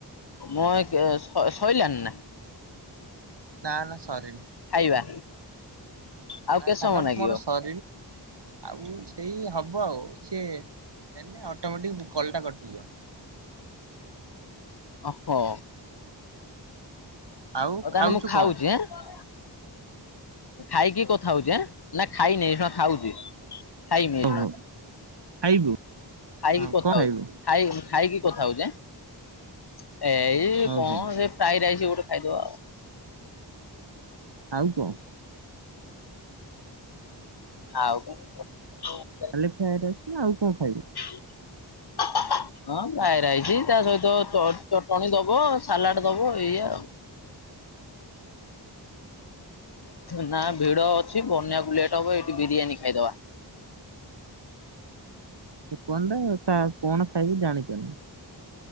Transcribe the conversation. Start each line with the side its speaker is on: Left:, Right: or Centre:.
Left: ମ ସରିଲଣି ନା।
Right: ନା ନା ସରିନି।
Left: ଖାଇବା। ଆଉ କେତେ
Right: ସାଙ୍ଗ
Left: ସମୟ ଲାଗିବ?
Right: ମୋର ସରିଛି। ଆଉ ସେଇ ହବ ଆଉ ସି ହେନ ଅଟୋମେଟିକ କଲ ଟା କଟିଯିବ।
Left: ଓହୋ।
Right: ଆଉ
Left: ହଉ ତାହେଲେ
Right: ଖାଉଛୁ
Left: ମୁଁ ଖାଉଛି
Right: କଣ?
Left: ହେଁ। ଖାଇକି କଥା ହଉଛି ନା ଖାଇନି ଶୁଣ ଖାଉଛି ଖାଇନି।
Right: ହଉ ହଉ ଖାଇବୁ।
Left: ଖାଇକି
Right: ହଁ
Left: କଥା
Right: କଣ ଖାଇବୁ?
Left: ହଉଛି ଖାଇ ଖାଇକି କଥା ହଉଛ ଆଁ ଏ ଏଇ
Right: ହଉ
Left: କଣ
Right: ହଉ
Left: ସେ ଫ୍ରା ରାଇସ୍ ଗୋଟେ ଖାଇଦବ ଆଉ।
Right: ଆଉ କହ।
Left: ଆଉ <unintelligible>
Right: ଖାଲି <unintelligible> ନା ଆଉ କଣ ଖାଇବ?
Left: <unintelligible> ହଁ ଫ୍ଲାଏ ରାଇସି ତା ସହିତ ଚଟଣିୀ ଦବ ସାଲାଡ ଦବ ଏଇ ଆଉ। ନା ଭିଡ ଅଛି ବନ୍ୟାକୁ ଲେଟ ହବ ଏଇଠି ବିରିୟାନୀ ଖାଇଦବା।
Right: କୁହନ୍ତା କଣ ଖାଇବି ଜାଣି ପାରୁନି।